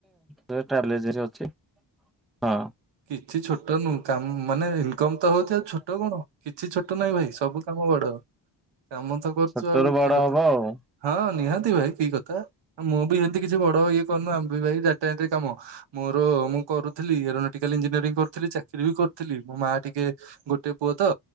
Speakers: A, in the centre; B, on the right.
A: ଟ୍ରାଭେଲ ରେ ଅଛି। ହଁ।
B: କିଛି ଛୋଟ ନୁଁ କାମ ମାନେ ଇନ୍କମ୍ ତ ହଉଛି। ଆଉ ଛୋଟ କଣ? କିଛି ଛୋଟ ନହିଁ ଭାଇ। ସବୁ କାମ ବଡ। କାମ ତ କରୁଛୁ
A: ଛୋଟ
B: ଆଉ
A: ରୁ ବଡ
B: କି କଥା।
A: ହବ ଆଉ।
B: ହଁ ନିହାତି ଭାଇ। କି କଥା? ମୁଁ ବି ସେମିତି କିଛି ବଡ ଇଏ କରନୁ, ଆମେ ବି ଭାଇ ଡାଟା ଏଣ୍ଟ୍ରି କାମ। ମୋର ମୁଁ କରୁଥିଲି <unintelligible> କରିଥିଲି ଚାକିରି ବି କରିଥିଲି ମୋ ମା ଟିକେ ଗୋଟେ ପୁଅ ତ